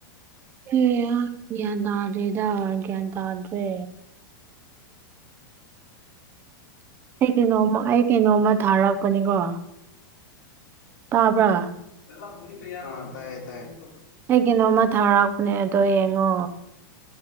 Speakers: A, on the right; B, on the left.
A: ꯑꯦ ꯒ꯭ꯌꯥꯟ ꯇꯥꯗ꯭ꯔꯦꯗ ꯒ꯭ꯌꯥꯟ ꯇꯥꯗ꯭ꯔꯦ ꯑꯩ ꯀꯩꯅꯣꯝꯃ ꯑꯩ ꯀꯩꯅꯣꯝꯃ ꯊꯥꯔꯛꯄꯅꯤꯀꯣ ꯇꯥꯕ꯭ꯔꯥ
B: <unintelligible> ꯑ ꯇꯥꯏꯌꯦ ꯇꯥꯏꯌꯦ
A: ꯑꯩ ꯀꯩꯅꯣꯝꯃ ꯊꯔꯛꯄꯅꯦ ꯑꯗꯣ ꯌꯦꯡꯉꯣ